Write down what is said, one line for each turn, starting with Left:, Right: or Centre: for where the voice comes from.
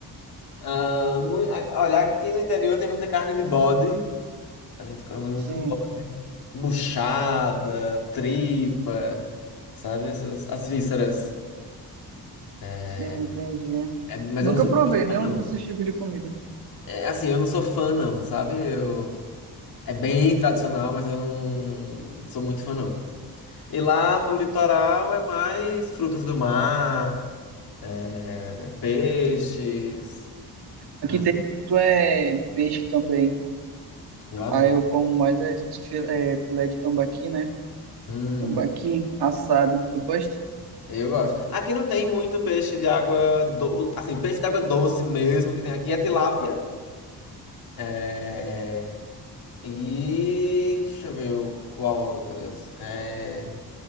Left: Ah, mui- a- olha, aqui no interior tem muita carne de bode. A gente come muito
Right: Sim,
Left: bode. Buchada, tripa, sabe? Essas, as vísceras. É,
Right: sim, entendi.
Left: é, mas
Right: Nunca
Left: eu não sou
Right: provei
Left: muito
Right: nenhum
Left: fã, não.
Right: desses tipos de comida.
Left: É, assim, eu não sou fã, não, sabe? Eu... É bem tradicional, mas eu não sou muito fã, não. E lá pro litoral é mais frutos do mar, é, peixes,
Right: Aqui
Left: né?
Right: tem muito é, peixe também.
Left: Eu adoro.
Right: Aí eu como mais é, fi- é, filé de tambaqui, né?
Left: Hum,
Right: Tambaqui assado. Tu gosta?
Left: eu gosto. Aqui não tem muito peixe de água do... assim, peixe de água doce mesmo que tem aqui é tilápia. É... E deixa eu ver o- qual outro, meu Deus. É...